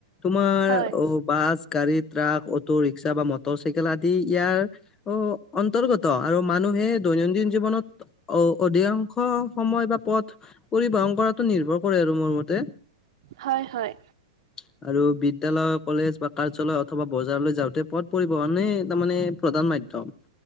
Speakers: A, on the left; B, on the right.
A: তোমাৰ
B: হয়
A: অ, বাছ গাড়ী ট্ৰাক, অটো ৰিক্সা বা মটৰ চাইকেল আদি ইয়াৰ অ, অন্তৰ্গত আৰু মানুহে দৈনন্দিন জীৱনত অ অধিকাংশ সময় বা পথ পৰিবহন কৰাতো নিৰ্ভৰ কৰে আৰু মোৰ মতে
B: হয়, হয়।
A: <inaudible> আৰু বিদ্যালয়, কলেজ বা কাৰ্যালয় অথবা বজাৰলৈ যাওঁতে পথ পৰিবহণে তাৰমানে প্ৰধান মাধ্যম